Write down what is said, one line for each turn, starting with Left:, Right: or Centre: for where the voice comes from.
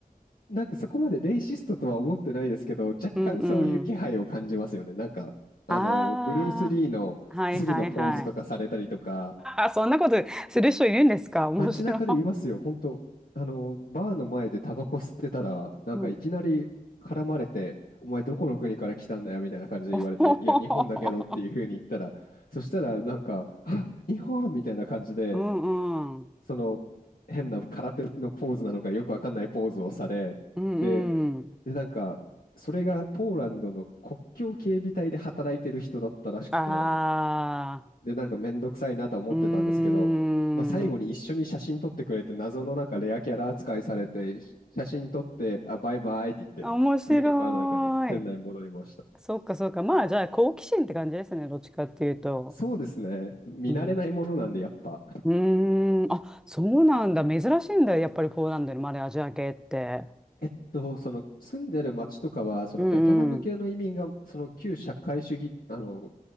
Left: なんかそこまでレイシストとは思ってないですけど、若干そういう気配を感じますよね。
Centre: うんうん。
Left: なんか、あの、
Centre: ああ、
Left: ブルース・リーの鶴のポーズとかされたりとか、
Centre: はいはいはい。<laughs> そんなことする人いるんですか面白い。
Left: 街中でいますよ、本当、あの、バーの前でタバコ吸ってたら、なんかいきなり絡まれて、
Centre: <laughs> うん。
Left: お前どこの国から来たんだよみたいな感じで言われて、
Centre: おほほほほ
Left: いや、日本だけどっていうふうに言ったら、そしたら、なんか、あ、日本みたいな感じで、
Centre: うんうん。
Left: その変な空手のポーズなのか、よくわかんないポーズをされ、
Centre: うんうん。
Left: で、で、なんか、それがポーランドの国境警備隊で働いてる人だったらしくて、
Centre: ああ、
Left: で、なんかめんどくさいなとは思ってたんですけど、
Centre: うーん。
Left: まあ、最後に一緒に写真撮ってくれて、謎のなんかレアキャラ扱いされて、ひ写真撮って、あ、バイバイって言って、
Centre: 面白い。
Left: すぐにバーの中に店内に戻りました。
Centre: そっかそっか。まあじゃあ好奇心って感じですね。どっちかっていうと。
Left: そうですね。見慣れないものなんで、
Centre: うん。
Left: やっぱ。
Centre: うーん。あ、そうなんだ。珍しいんだ。やっぱりポーランドにまでアジア系って。
Left: えっと、その住んでる町とかは、そのベトナム系の移民が、
Centre: うんうん。
Left: その旧社会主義、あの、